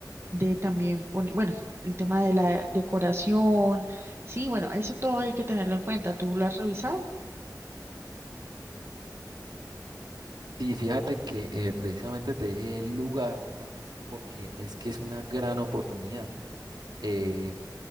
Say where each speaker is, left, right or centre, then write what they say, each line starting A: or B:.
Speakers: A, on the right (about 35°); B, on the right (about 85°).
A: de también poner, bueno, el tema de la decoración, sí, bueno, eso todo hay que tenerlo en cuenta. ¿Tú lo has revisado?
B: Sí, fíjate que eh, precisamente te dije el lugar porque es que es una gran oportunidad. Eh,